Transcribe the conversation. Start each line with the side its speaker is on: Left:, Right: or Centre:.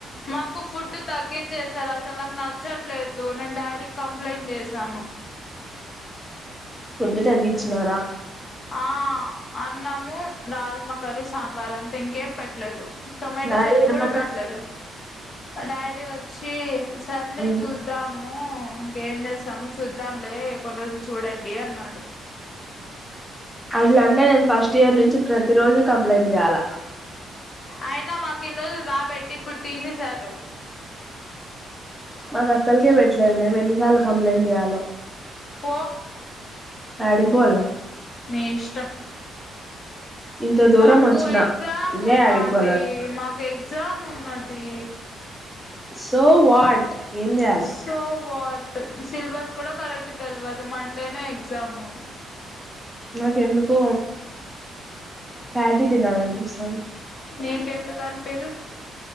Left: మాకు ఫుడ్ తగ్గించే సారు అసలు నాకు చ్చట్లేదు నేను డాడీకి కంప్లైంట్ చేసాను.
Centre: ఫుడ్ తగ్గించినారా
Left: ఆ అన్నము, రాజ్మా కర్రీ, సాంబార్ అంతే ఇంకేం పెట్ లేదు టొమాటో
Centre: డాడీ
Left: చట్నీ
Centre: ఏమన్నారు
Left: కూడా పెట్టలేదు డాడీ వచ్చి సర్లే
Centre: ఉమ్
Left: చూద్దాము ఇంకేం చేస్తాము చూద్దాం లే కొన్ని రోజులు చూడండి అన్నాడు.
Centre: అట్లంటే నేను ఫస్ట్ ఇయర్ నుంచి ప్రతి రోజు కంప్లైంట్ చేయాల.
Left: అయినా మాకు ఇన్ని రోజులు బాగా పెట్టి ఇప్పుడు తీసేసారు.
Centre: మాకు అసలుకే పెట్టలేదు. మేము ఎన్నిసార్లు కంప్లైంట్ చేయాలో.
Left: పో
Centre: యాడికి బోవల్లా
Left: నీ ఇష్టం
Centre: ఇంత దూరం
Left: మాకు
Centre: వచ్చిన
Left: ఎగ్జామ్
Centre: ఇంగా
Left: ఉన్నాది
Centre: యాడికి పోవాల
Left: మాకు ఎగ్జామ్ ఉన్నది.
Centre: సో వాట్ ఏం చేయాలి
Left: సో వాట్ సిలబస్ కూడా కరెక్ట్ తెల్వదు మండేనే ఎగ్జామ్.
Centre: నాకెందుకో ప్యాటీ తినాలనిపిస్తాంది
Left: నీకెందుకు అనిపిదు